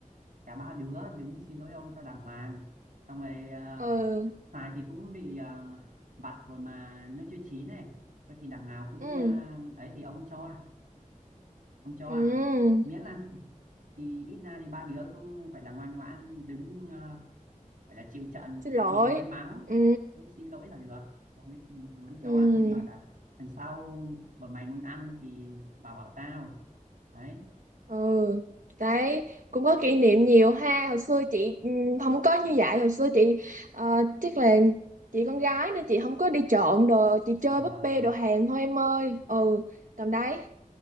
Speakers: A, on the right; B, on the right.
A: cả ba đứa đứng xin lỗi ông cho đàng hoàng xong rồi ờ,
B: ờ
A: xoài thì cũng bị ờ, vặt rồi mà nó chưa chín này thôi thì đằng nào cũng
B: ừ
A: ờ, ấy thì ông ấy cho ông cho
B: ừ
A: à miễn là thì ít ra thì ba đứa cũng gọi là ngoan ngoãn đứng ờ, gọi là chịu trận
B: xin lỗi
A: bị ông ấy mắng
B: ừ
A: mới xin lỗi là được ông ấy thì vẫn cho
B: ừ
A: à xong bảo là lần sau mà mày muốn ăn thì vào bảo tao đấy
B: ừ đấy cũng có kỷ niệm nhiều ha hồi xưa chị ừ, không có như vậy hồi xưa chị ờ, chắc là chị con gái nên chị không có đi trộm đồ chị chơi
A: và
B: búp bê đồ hàng thôi em ơi ừ tầm đấy